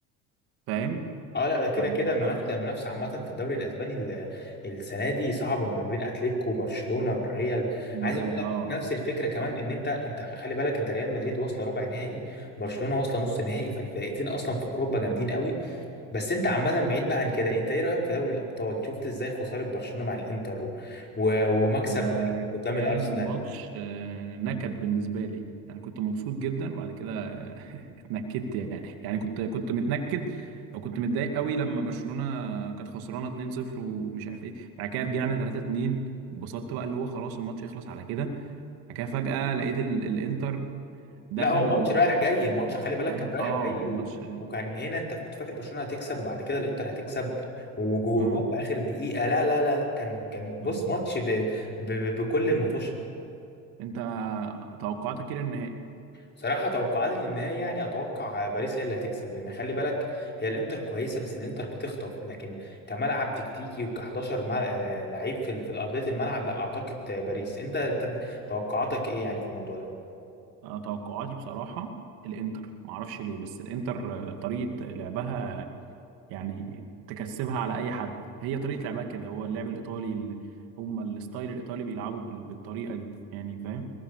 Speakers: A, on the right; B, on the left.
A: فاهم
B: اه لا ده كده
A: ف...
B: كده المنافسة
A: آه،
B: المنافسة عامة في الدوري الاسباني ال- السنة دي صعبة ما بين اتلتيكو وبرشلونة والريال عايز
A: مر...
B: اقول لك
A: اه
B: نفس الفكرة كمان
A: آه.
B: ان انت انت خلي بالك انت ريال مدريد واصلة ربع نهائي برشلونة واصلة نص نهائي فالفرقتين اصلا في اوروبا جامدين قوي بس انت عامة بعيد بقى عن كده انت ايه رأيك في دوري الأبطال شفت ازاي خسارة برشلونة مع الانتر و... و... ومكسب
A: ده
B: باريس قدام
A: كان
B: الأرسنال
A: ماتش آه، نكد بالنسبة لي أنا كنت مبسوط جدا وبعد كده آه، <laughs> اتنكدت يعني يعني كنت كنت متنكد أو كنت متضايق قوي لما برشلونة كانت خسرانة 2-0 ومش عارف إيه بعد كده رجعنا 3-2 اتبسطت بقى اللي هو خلاص الماتش يخلص على كده بعد كده فجأة لقيت ال... الإنتر دخل
B: لا هو ماتش رايح جاي الماتش خلي بالك
A: فاهم
B: كان رايح
A: آه
B: جاي
A: ماتش
B: و... وكان هنا انت كنت فاكر برشلونة هتكسب وبعد كده الانتر هتكسب وجو-
A: مم.
B: وجوان في آخر دقيقة لا لا لا لا كان كان بص
A: مم.
B: ماتش ب... ب... ب- بكل المطوش
A: أنت توقعاتك إيه للنهائي؟
B: صراحة توقعاتي للنهاية يعني أتوقع باريس هي اللي هتكسب لأن خلي بالك هي الإنتر كويسة بس الإنتر بتخطف لكن كملعب تكتيكي وك11 مل... لعيب في ال- في أرضية الملعب لا أعتقد باريس أنت أنت توقعاتك إيه يعني في الموضوع ده؟
A: انا توقعاتي بصراحه الانتر ما اعرفش ليه بس الانتر آه، طريقه لعبها يعني تكسبها على اي حد هي طريقه لعبها كده هو اللعب الايطالي ال- هم الستايل الايطالي بيلعبوا بال- بالطريقه دي يعني فاهم